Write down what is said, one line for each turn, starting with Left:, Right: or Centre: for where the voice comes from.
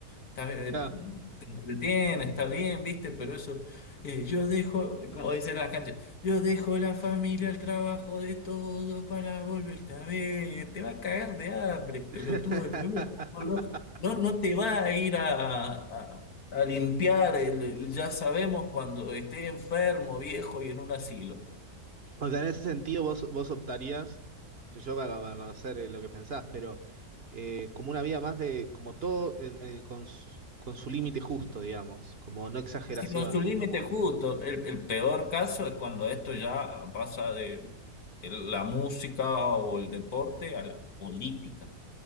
Left: Está bien,
Right: claro.
Left: te entretiene, está bien, viste, pero eso, eh, yo dejo, como dicen las canchas, yo dejo la familia, el trabajo de todo para volverte a ver. Te va a cagar de hambre, pelotudo
Right: <laughs>
Left: del club. de fútbol, No, no, no te va a ir a, a- a limpiar el, el ya sabemos cuando esté enfermo, viejo y en un asilo.
Right: O sea, en ese sentido vos, vos optarías, que yo para para conocer eh, lo que pensás, pero eh, como una vida más de, como todo en- en- con, su con su límite justo, digamos, como no exageraciones,
Left: <laughs> Sí, Con su límite
Right: como...
Left: justo. El, el peor caso es cuando esto ya pasa de el- la música o el deporte a la política.